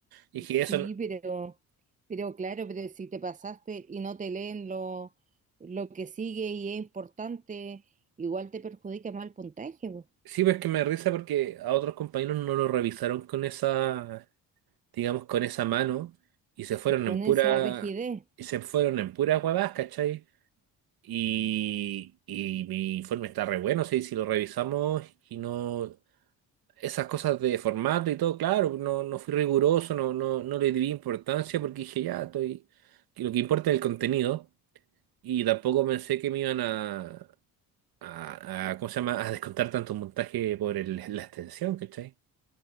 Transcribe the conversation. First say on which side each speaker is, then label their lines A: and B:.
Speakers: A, on the right; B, on the right.
A: Y
B: Sí,
A: dije, eso no-
B: pero, pero claro, pero si te pasaste y no te leen lo, lo que sigue y es importante, igual te perjudica más el puntaje, po,
A: Sí, pero es que me da risa porque a otros compañeros no lo revisaron con esa. digamos, con esa mano y se fueron
B: con
A: en pura,
B: esa rigidez.
A: y se fueron en puras huevadas, ¿cachai? Y, y mi informe está re bueno, sí, si lo revisamos y no, esas cosas de formato y todo, claro, no, no fui riguroso, no, no, no le di importancia porque dije, ya, estoy, que lo que importa es el contenido y tampoco pensé que me iban a, a, a- ¿cómo se llama?, a descontar tanto montaje por el- la extensión, ¿cachai?